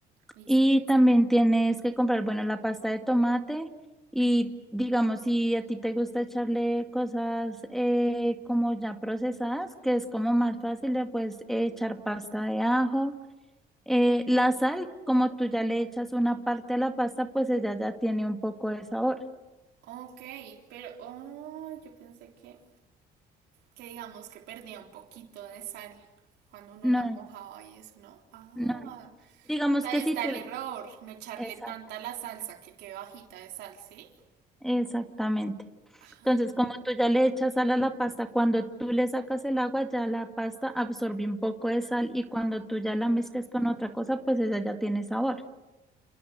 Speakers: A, on the right; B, in the centre.
A: listo.
B: Y también tienes que comprar, bueno, la pasta de tomate y digamos, si a ti te gusta echarle cosas eh, como ya procesadas, que es como más fácil de pues echar pasta de ajo. Eh, la sal, como tú ya le echas una parte a la pasta, pues ella ya tiene un poco de sabor.
A: Ok, pero, oh, yo pensé que, que digamos que perdía un poquito de sal cuando uno
B: No,
A: la mojaba y eso, ¿no? Ah,
B: no, no. Digamos
A: pues ahí
B: que
A: está
B: si tú...
A: el error, no echarle
B: Exact-
A: tanta la salsa que quede bajita de sal, ¿sí?
B: exactamente.
A: Ajá.
B: Entonces, como tú ya le echas sal a la pasta, cuando tú le sacas el agua, ya la pasta absorbe un poco de sal y cuando tú ya la mezclas con otra cosa, pues ella ya tiene sabor.